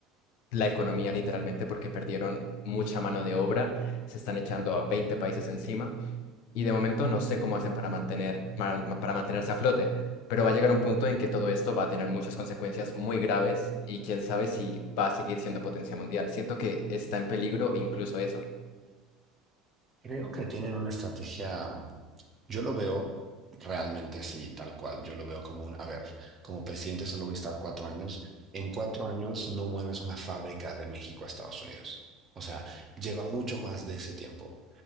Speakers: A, on the left; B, on the right.
A: la economía literalmente porque perdieron mucha mano de obra, se están echando a 20 países encima y de momento no sé cómo hacen para mantener, ma- ma- para mantenerse a flote, pero va a llegar un punto en que todo esto va a tener muchas consecuencias muy graves y quién sabe si va a seguir siendo potencia mundial. Siento que está en peligro incluso eso.
B: Creo que tienen una estrategia Yo lo veo realmente así, tal cual. Yo lo veo como un, a ver, como presidente solo voy a estar cuatro años. En cuatro años no mueves una fábrica de México a Estados Unidos. O sea, lleva mucho más de ese tiempo.